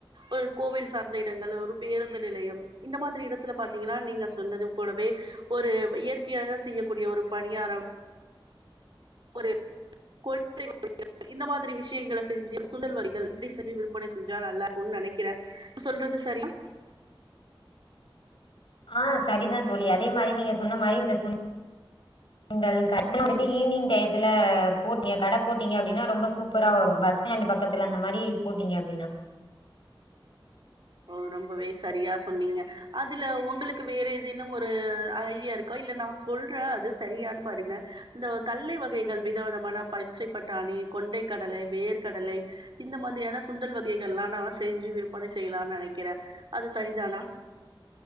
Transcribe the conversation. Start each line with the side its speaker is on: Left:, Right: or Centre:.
Right: ஒரு கோவில் சார்ந்த இடங்கள் ஒரு பேருந்து நிலையம் இந்த மாதிரி இடத்துல பாத்தீங்கன்னா நீங்க சொன்னது போலவே ஒரு இயற்கையாக செய்யக்கூடிய ஒரு பணியாரம் ஒரு கொழு <unintelligible> இந்த மாதிரி விஷயங்கள செஞ்சு சுண்டல் வகைகள் இப்டி செஞ்சு விற்பன செஞ்சா நல்ல க்குன் நெனைக்கிறே சொல்றது சரியா
Left: ஆ சரிதா தோழி அதே மாரி நீங்க சொன்ன மாரி இந்த சுண் டல் கட வந்து ஈவினிங் டயத்துல போட்டீங்க கட போட்டீங்க அப்டின்னா ரொம்ப சூப்பரா வரு பஸ் ஸ்டாண்டு பக்கத்துல அந்த மாரி போட்டீங்க அப்டினா
Right: ஓ ரொம்பவே சரியா சொன்னீங்க அதுல ஒங்களுக்கு வேற ஏதேனும் ஒரு ஐடியா இருக் கா இல்ல நா சொல்றே அது சரியான் பாருங்க இந்த கல்லை வகைகள் வித விதமான ப ச்சை பட்டாணி கொண்டை கடலை வேர்க்கடலை இந்த மாதிரியான சுண்டல் வகைகள் எல்லா நா செஞ்சு விற்பனை செய்யலான் நெனைக்கிறே அது சரிதானா